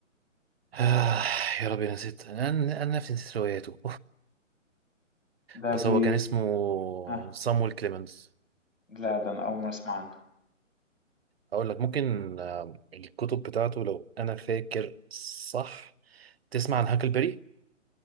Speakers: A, on the right (about 50°); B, on the left (about 85°).
A: آه، يا ربي نسيت انا انا نفسي نسيت رواياته
B: ده
A: بس
B: بي
A: هو كان اسمه
B: ها
A: صامويل كليمنز
B: لا ده انا اول مره اسمع عنه
A: هقول لك ممكن آه، الكتب بتاعته لو انا فاكر صح تسمع عن هاكلبري